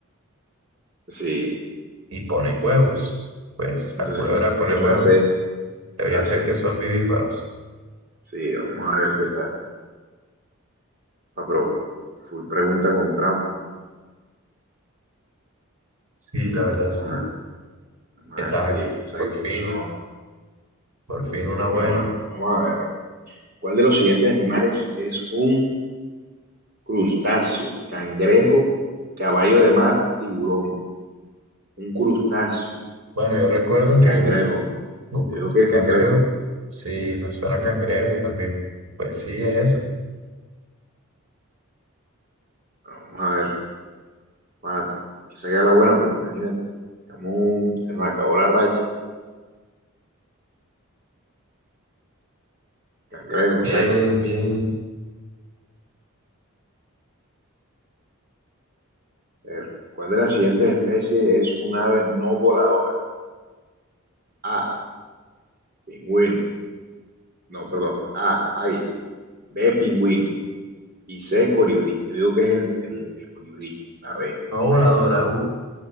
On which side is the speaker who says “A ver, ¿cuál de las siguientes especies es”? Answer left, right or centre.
Right